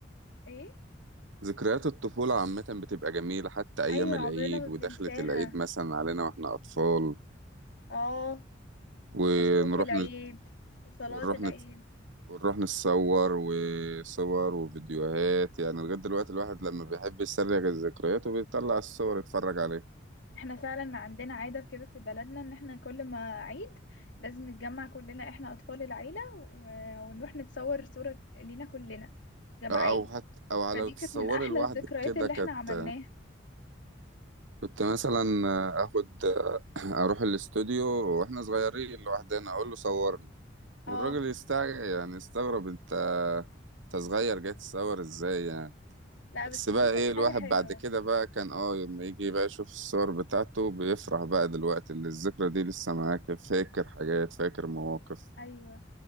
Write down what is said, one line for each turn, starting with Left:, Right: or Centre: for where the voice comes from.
Left: ايه
Right: ذكريات الطفولة عامة بتبقى جميلة حتى أيام
Left: ايوه
Right: العيد
Left: عمرنا ما
Right: ودخلة
Left: بننساها
Right: العيد مثلا علينا وإحنا أطفال
Left: اه
Right: ونروح
Left: ومصروف العيد
Right: نت...
Left: وصلاه
Right: ونروح
Left: العيد
Right: نت... ونروح نتصور وصور وفيديوهات يعني لغاية دلوقتي الواحد لما بيحب يسرق الذكريات وبيطلع الصور يتفرج عليها
Left: احنا فعلا عندنا عادة كده في بلدنا ان احنا كل ما عيد لازم نتجمع كلنا احنا اطفال العيلة و- ونروح نتصور صورة لينا كلنا جماعية
Right: أو حتى أو
Left: فدي
Right: لو تتصوري
Left: كانت من احلى
Right: لوحدك
Left: الذكريات
Right: كده
Left: اللي
Right: كانت
Left: احنا عملناها
Right: كنت مثلا آخد <coughs> <clears throat> أروح الاستوديو وإحنا صغيرين لوحدنا أقول له صورني
Left: اه
Right: والراجل يستع يعني يستغرب أنت أنت صغير جاي تصور إزاي يعني
Left: لا
Right: بس
Left: بس دي
Right: بقى
Left: كانت
Right: ايه
Left: حاجة
Right: الواحد
Left: حلوة
Right: بعد كده بقى كان اه لما يجي بقى يشوف الصور بتاعته بيفرح بقى دلوقتي اللي الذكرى دي لسه معاك فاكر حاجات فاكر مواقف
Left: ايوه